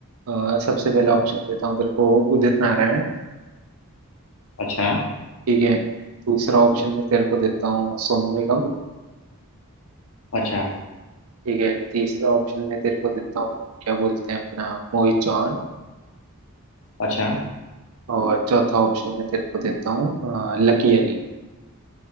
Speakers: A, on the right; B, on the left.
A: अ, सबसे पहला ऑप्शन देता हूँ तेरे को उदित नारायण
B: अच्छा
A: ठीक है दूसरा ऑप्शन में तेरे को देता हूँ सोनू निगम
B: अच्छा
A: ठीक है तीसरा ऑप्शन में तेरे को देता हूँ क्या बोलते हैं अपना मोहित चौहान
B: अच्छा
A: और चौथा ऑप्शन में तेरे को देता हूँ अ, लकी अली